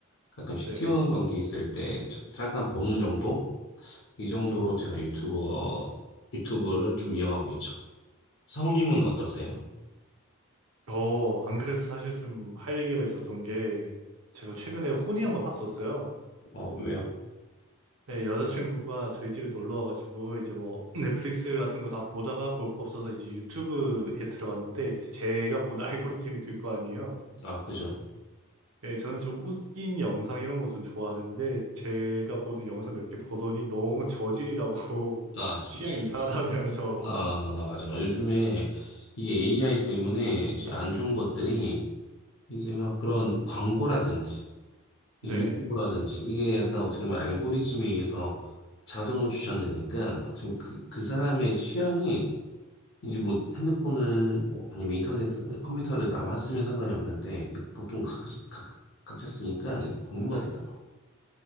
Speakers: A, on the left; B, on the right.
A: 가끔씩
B: 네.
A: T1 경기 있을 때 자- 잠깐 보는 정도 이 정도로 제가 유튜버 유튜브를 좀 이용하고 있죠. 성우님은 어떠세요?
B: 저, 안 그래도 사실 좀 할 얘기가 있었던 게, 제가 최근에 혼이 한번 났었어요.
A: 어 왜요?
B: 네, 여자친구가 저희 집에 놀러 와가지고, 이제 뭐, 넷플릭스 같은 거 다 보다가 볼 거 없어서 이제 유튜브에 들어갔는데, 이제 제가 보는 <laughs> 알고리즘이 될 거 아니에요.
A: 아 그죠?
B: 네, 저는 좀 웃긴 영상 이런 거 좀 좋아하는데, 제가 보는 영상 몇 개 보더니 너무 저질이라고,
A: 아
B: <laughs>
A: 진짜.
B: 취향 이상하다면서.
A: 아,
B: <laughs>
A: 맞아. 요즘에 이게 AI 때문에 이제 안 좋은 것들이 이제 막 그런 광고라든지 이
B: 네.
A: 유튜브라든지 이게 약간 어떻게 보면 알고리즘에 의해서 자동으로 추천되니까 지금 그, 그 사람의 취향이 이제 뭐 핸드폰을 뭐 아니면 인터넷 컴퓨터를 나만 쓰면 상관이 없는데 이게 보통 각, 각, 각자 쓰니까 이게 공유가 되더라고.